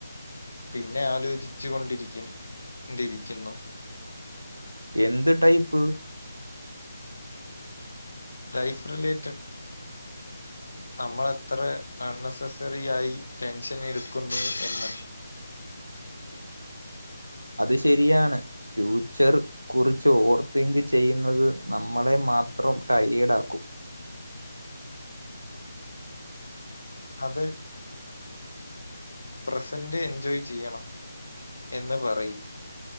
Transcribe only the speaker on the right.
എന്ത് ടൈപ്പ്?
അത് ശരിയാണ് ഫ്യൂച്ചർ കുറിച്ച് ഓർ തിങ്ക് ചെയ്യുന്നത് നമ്മളെ മാത്രം ടയേഡാക്കും.